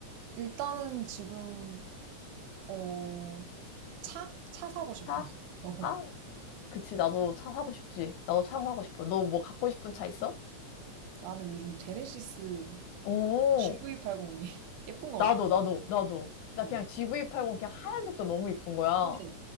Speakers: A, on the right; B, on the left.
A: 일단은 지금 어 차? 차 사고 싶어.
B: 사?
A: <laughs> 어.
B: 사? 그치, 나도 차 사고 싶지. 나도 차 사고 싶어. 너 뭐 갖고 싶은 차 있어?
A: 나는 요즘 제네시스
B: 오,
A: GV80이 <laughs> 예쁜 것
B: 나도,
A: 같아.
B: 나도, 나도. 나
A: 어.
B: 그냥 GV80 그냥 하얀색도 너무 이쁜 거야.
A: 맞아.